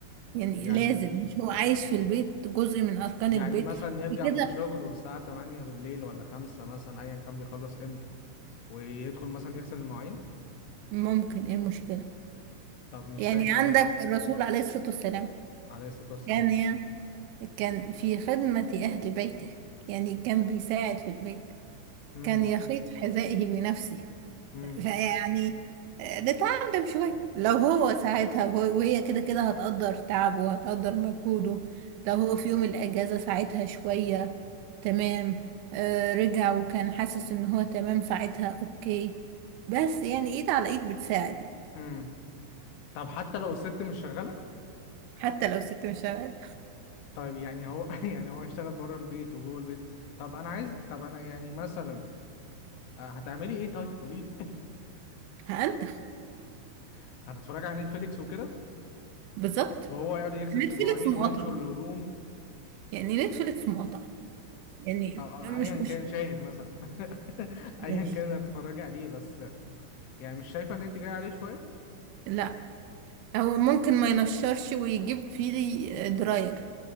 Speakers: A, on the right (about 80°); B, on the left (about 75°).
A: يعني
B: يعني
A: لازم مش هو عايش في البيت جزء من اركان
B: يعني
A: البيت
B: مثلا يرجع
A: كده
B: من شغله الساعه 8 بالليل ولا 5 مثلا ايا كان بيخلص امتى ويدخل مثلا يغسل المواعين
A: ممكن ايه المشكلة
B: طب مش
A: يعني
B: شايفه
A: عندك
B: ما...
A: الرسول عليه الصلاة والسلام
B: عليه الصلاه والسلام
A: كان كان في خدمة أهل بيته يعني كان بيساعد في البيت
B: امم
A: كان يخيط حذائه بنفسه
B: امم
A: فيعني آه، نتعلم شوية لو هو ساعدها وهو- وهي كده كده هتقدر تعبه وهتقدر مجهوده لو هو في يوم الأجازة ساعدها شوية تمام آه، رجع وكان حاسس إن هو تمام ساعتها أوكي بس يعني إيد على إيد بتساعد يعني
B: امم طب حتى لو الست مش شغاله
A: حتى لو ست مش شغالة
B: طيب يعني هو <laughs> يعني هو يشتغل بره البيت وجوه البيت طب انا عايز طب انا يعني مثلا آه، هتعملي ايه طيب قولي لي
A: هأنتخ
B: <laughs> هتتفرجي على نتفليكس وكده
A: بالظبط
B: وهو يقعد يغسل في
A: نتفليكس
B: المواعين
A: مقاطعة
B: وينشر الهدوم
A: يعني نتفليكس مقاطعة يعني
B: طب آه،
A: مش
B: ايا
A: مش
B: كان شاهد مثلا <laughs> ايا
A: مش
B: كان اللي هتتفرجي عليه بس يعني مش شايفه ان انت جاي عليه شويه
A: لا هو ممكن ما ينشرش ويجيب فيه دراير